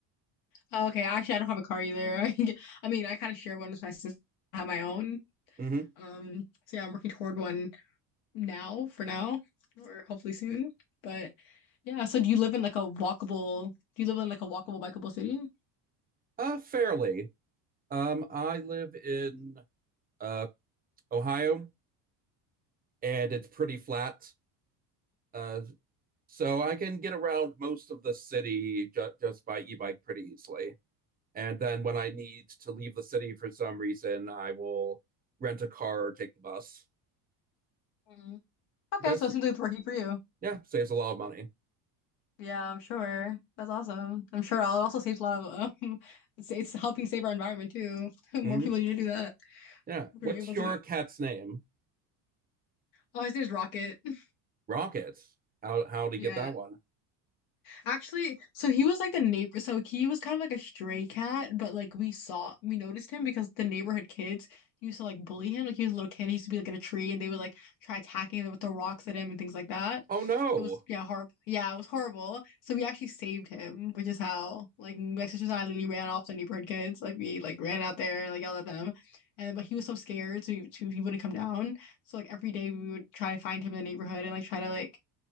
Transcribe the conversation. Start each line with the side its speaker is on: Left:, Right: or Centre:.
Left: Oh, okay. Actually, I don't have a car either. <laughs> I get- I mean, I kind of share one with my sister. I have my own.
Right: hmm
Left: Um, so yeah, I'm working toward one now for now, or hopefully soon. But yeah, so do you live in like a walkable? Do you live in like a walkable, bikeable city?
Right: Uh, fairly. Um, I live in uh, Ohio, and it's pretty flat. Uh, so I can get around most of the city ju- just by e-bike pretty easily. And then when I need to leave the city for some reason, I will rent a car or take the bus.
Left: Mm. Okay,
Right: That's
Left: so it seems like it's working for you.
Right: yeah, saves a lot of money.
Left: Yeah, I'm sure. That's awesome. I'm sure it also saves a lot of um, <laughs> it's, it's helping save our environment too. <laughs> More
Right: hmm
Left: people need to do that
Right: Yeah.
Left: if
Right: What's
Left: we are able
Right: your
Left: to.
Right: cat's name?
Left: Oh, his name's Rocket. <laughs>
Right: rockets. How how did
Left: Yeah.
Right: he get that one?
Left: Actually, so he was like the neighbor. So he was kind of like a stray cat, but like we saw, we noticed him because the neighborhood kids used to like bully him. Like he was a little kid, he used to be like in a tree, and they would like try attacking him with the rocks at him and things like that.
Right: Oh no.
Left: It was yeah, horrible. Yeah, it was horrible. So we actually saved him, which is how like my sisters and I literally ran off the neighborhood kids. Like we like ran out there and like yelled at them, and but he was so scared, so he, so he wouldn't come down. So like every day we would try to find him in the neighborhood and like try to like